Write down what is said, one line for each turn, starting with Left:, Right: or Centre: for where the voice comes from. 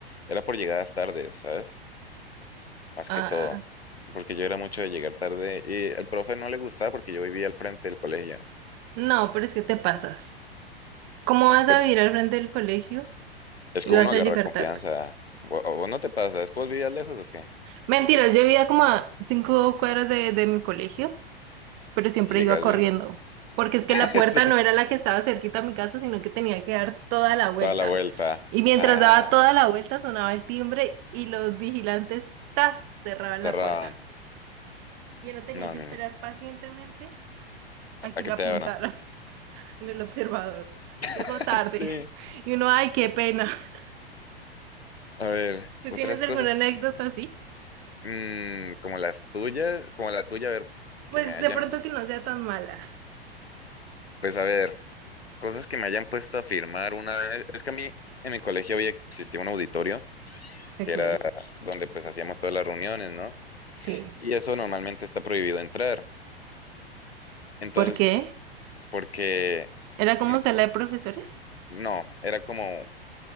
Left: era por llegadas tardes, ¿sabes? Más
Right: Ah,
Left: que todo, porque yo era mucho de llegar tarde y el profe no le gustaba porque yo vivía al frente del colegio.
Right: no, pero es que te pasas. ¿Cómo vas
Left: Pero
Right: a vivir al frente del colegio
Left: es
Right: y
Left: que
Right: vas
Left: uno agarra
Right: a llegar
Left: confianza.
Right: tarde?
Left: ¿Vo- ¿O ¿Vos, no te pasa? ¿Es que vos vivías lejos o qué?
Right: Mentiras, yo vivía como a cinco cuadras de, de mi colegio, pero siempre
Left: ¿Y llegas
Right: iba corriendo,
Left: bien?
Right: porque es que
Left: <laughs>
Right: la puerta
Left: Sí.
Right: no era la que estaba cerquita a mi casa, sino que tenía que dar toda la vuelta.
Left: Toda la vuelta
Right: Y mientras
Left: a...
Right: daba toda la vuelta sonaba el timbre y los vigilantes ¡tas! cerraban
Left: Cerraban.
Right: la puerta. Yo no tenía
Left: No,
Right: que
Left: a mí-
Right: esperar pacientemente a que
Left: a que
Right: lo
Left: te
Right: apuntaran
Left: abran.
Right: <laughs> en el observador. Llegó
Left: <laughs>
Right: tarde
Left: Sí.
Right: <laughs> y uno, ay, qué pena. <laughs>
Left: A ver,
Right: ¿Tú
Left: otras
Right: tienes alguna
Left: cosas.
Right: anécdota así?
Left: Mm, como las tuyas, como la tuya, a ver,
Right: Pues
Left: que me hayan,
Right: de pronto que no sea tan mala.
Left: pues a ver, cosas que me hayan puesto a firmar una vez. Es que a mí en el colegio había existía un auditorio
Right: Ok.
Left: que era donde pues hacíamos todas las reuniones, ¿no?
Right: Sí.
Left: Y eso normalmente está prohibido entrar. Entonces,
Right: ¿Por qué?
Left: porque
Right: ¿Era como
Left: no,
Right: sala de profesores?
Left: no, era como,